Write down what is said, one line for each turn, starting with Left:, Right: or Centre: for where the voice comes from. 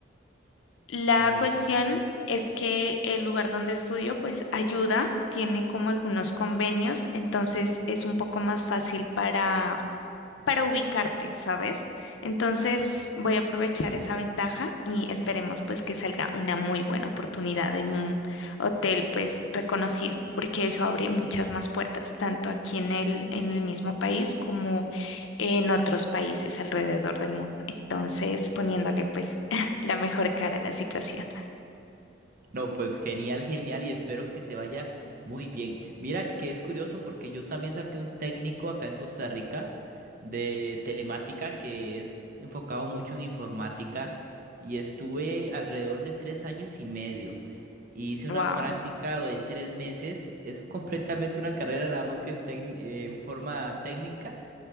Left: La
Right: Muy
Left: cuestión
Right: bien.
Left: es que el lugar donde estudio pues ayuda, tiene como algunos convenios, entonces es un poco más fácil para para ubicarte, ¿sabes? Entonces voy a aprovechar esa ventaja y esperemos pues que salga una muy buena oportunidad en un hotel pues reconocido, porque eso abre muchas más puertas, tanto aquí en el, en el mismo país como en otros países alrededor del mundo. Entonces poniéndole pues <laughs> la mejor cara a la situación.
Right: No, pues genial, genial y espero que te vaya muy bien. Mira que es curioso porque yo también saqué un técnico acá en Costa Rica de telemática que es enfocado mucho en informática y estuve alrededor de tres años y medio. y Hice
Left: Wow.
Right: una práctica de tres meses, es <laughs> completamente una carrera nada más que en, tec- en forma técnica